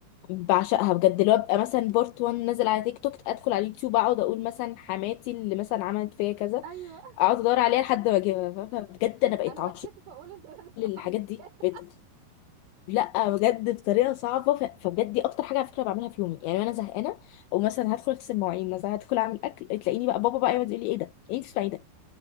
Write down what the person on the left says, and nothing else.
بعشقها بجد اللي هو ببقى مثلا بارت 1 نازل على تيك توك ادخل على اليوتيوب اقعد اقول مثلا حماتي اللي مثلا عملت فيا كذا
اقعد ادور عليها لحد ما اجيبها فاهمة؟ بجد
انا بقيت
عاشق
للحاجات دي
بقيت لا بجد بطريقه صعبه ف... فبجد دي اكتر حاجه على فكره بعملها في يومي يعني وانا زهقانه او مثلا هدخل اغسل مواعين مثلا هدخل اعمل اكل تلاقيني بقى بابا بقى يقعد يقول لي ايه ده ايه اللي بتسمعي ده